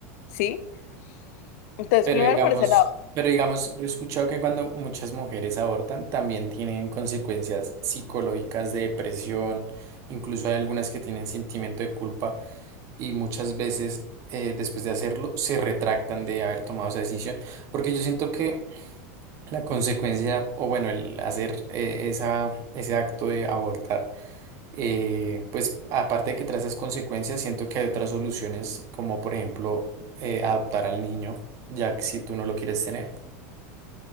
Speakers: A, on the left (about 65°); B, on the right (about 40°).
A: ¿sí? Entonces,
B: Pero
A: primero
B: digamos,
A: por ese lado.
B: pero digamos, yo he escuchado que cuando muchas mujeres abortan también tienen consecuencias psicológicas de depresión, incluso hay algunas que tienen sentimiento de culpa y muchas veces eh, después de hacerlo se retractan de haber tomado esa decisión, porque yo siento que la consecuencia, o bueno, el hacer eh, esa, ese acto de abortar eh, pues aparte de que trae esas consecuencias, siento que hay otras soluciones, como por ejemplo eh, adoptar al niño, ya que si tú no lo quieres tener.